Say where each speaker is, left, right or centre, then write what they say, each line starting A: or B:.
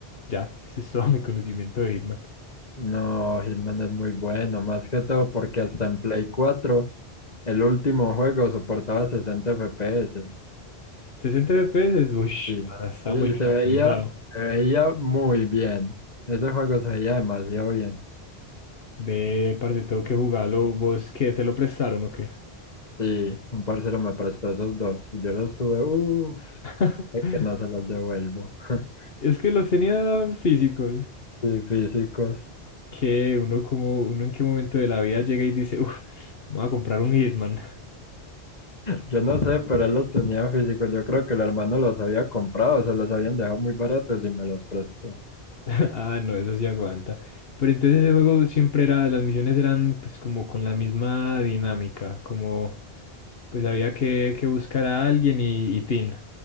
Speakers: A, on the left (about 65°); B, on the left (about 40°).
A: Ya, ese es todo <laughs> mi conocimiento de Hitman.
B: No, Hitman es muy bueno, más que todo porque hasta en Play 4, el último juego soportaba 60 FPS,
A: 60 FPS, uff,
B: sí.
A: para, está
B: Uy,
A: muy bien
B: Y se
A: optimizado.
B: veía, se veía muy bien. Ese juego se veía demasiado bien.
A: Ve, parce, tengo que jugarlo. ¿Vos qué? ¿Te lo prestaron o qué?
B: Sí, un parcero me prestó esos dos y yo los tuve, uff,
A: <laughs>
B: que no se los devuelvo. <laughs>
A: Es que los tenía físicos.
B: Y físicos.
A: Que uno como, uno en qué momento de la vida llega y dice, uff, voy a comprar un Hitman.
B: Yo no sé, pero él los tenía físicos. Yo creo que el hermano los había comprado, se los habían dejado muy baratos y me los prestó.
A: <laughs> Ah, no, eso sí aguanta. Pero entonces ese juego siempre era, las misiones eran pues como con la misma dinámica, como pues había que, que buscar a alguien y, y tin.